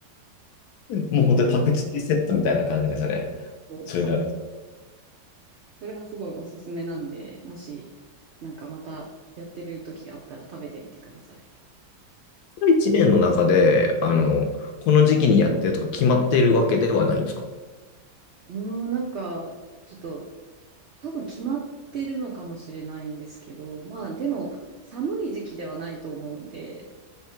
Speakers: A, on the left; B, on the right.
A: もう本当にパクチーセットみたいな感じですね。
B: そう、
A: それだ。
B: そうそれはすごいおすすめなんで、もしなんかまたやってる時があったら食べてみてください。
A: 1年の中で、あの、この時期にやってるとか決まっているわけではないんですか
B: うーん、なんかちょっと多分決まってるのかもしれないんですけど、まあでも寒い時期ではないと思うんで、